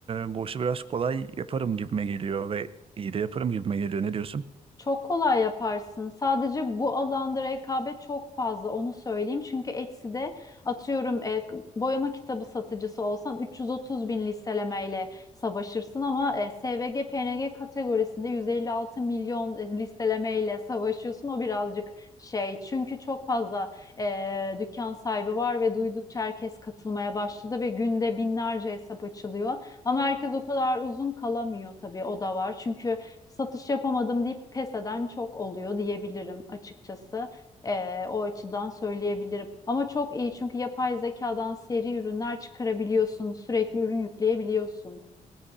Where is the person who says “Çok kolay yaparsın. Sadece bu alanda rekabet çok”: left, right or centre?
Left